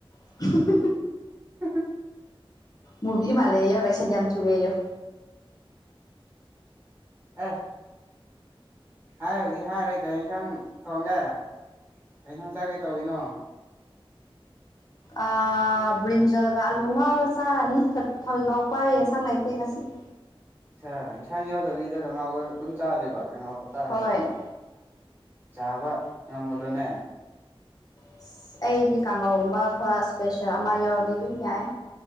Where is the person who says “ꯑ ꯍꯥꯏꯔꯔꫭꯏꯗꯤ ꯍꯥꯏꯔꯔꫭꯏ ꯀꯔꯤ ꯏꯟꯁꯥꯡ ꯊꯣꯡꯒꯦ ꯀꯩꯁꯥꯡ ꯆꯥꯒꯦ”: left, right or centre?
Right